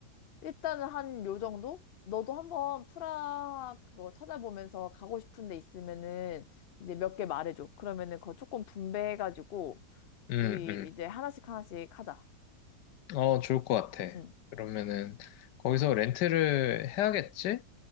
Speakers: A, on the left; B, on the left.
A: 일단은 한 요 정도? 너도 한번 프라 그거 찾아보면서 가고 싶은 데 있으면은 이제 몇 개 말해줘. 그러면은 그거 조금 분배해가지고,
B: 응,
A: 우리
B: 응.
A: 이제 하나씩 하나씩 하자.
B: 어, 좋을 것 같아.
A: 응, 응.
B: 그러면은 거기서 렌트를 해야겠지?